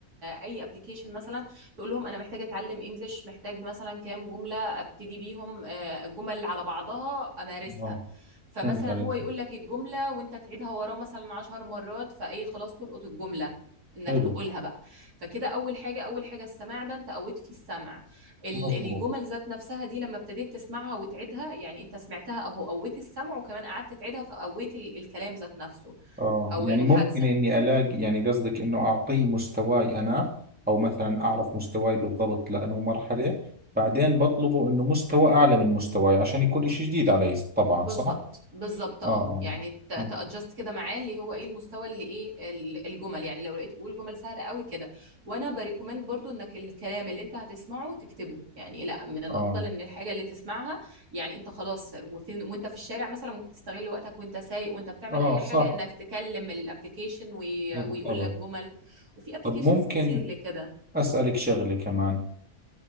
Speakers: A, on the right (about 75°); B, in the centre.
A: اي ابلكيشن مثلا تقول لهم انا محتاجة اتعلم انجليش محتاج مثلا كام جملة ابتدي بيهم آه، الجمل على بعضها امارسها
B: آه،
A: فمثلا
B: فهمت عليك
A: هو يقول لك الجملة وانت تعيدها وراه مثلا عشر مرات فايه خلاص تلقط الجملة انك
B: حلو
A: تقولها بقى فكده اول حاجه اول حاجه السماع ده انت قويت فيه السمع ال-
B: مظبوط
A: الجمل ذات نفسها دي لما ابتديت تسمعها وتعيدها يعني انت سمعتها اهو قويت السمع وكمان قعدت تعيدها فقويت ال- الكلام ذات نفسه
B: اه
A: او
B: يعني
A: المحادثه
B: ممكن اني الاقي يعني قصدك انه اعطيه مستواي انا او مثلا اعرف مستواي بالضبط لانه مرحلة بعدين بطلبه انه مستوى اعلى من مستواي عشان يكون اشي جديد علي طبعا
A: بالظبط
B: صح؟
A: بالظبط اه
B: اه
A: يعني تادجست
B: اه اه
A: كده معاه اللي هو ايه المستوى اللي ايه ال- الجمل يعني لو لقيته بيقول جمل سهله قوي كده وانا بريكومند برضو انك الكلام اللي انت هتسمعه تكتبه يعني لا من الافضل
B: اه
A: ان الحاجه اللي تسمعها يعني انت خلاص وفين وانت في الشارع مثلا ممكن تستغل وقتك وانت سايق وانت بتعمل
B: آه،
A: اي
B: صح
A: حاجه انك تكلم الابلكيشن ويقول
B: بالضبط
A: لك جمل وفي ابلكيشنز
B: طب ممكن
A: كتير لكده
B: اسألك شغلة كمان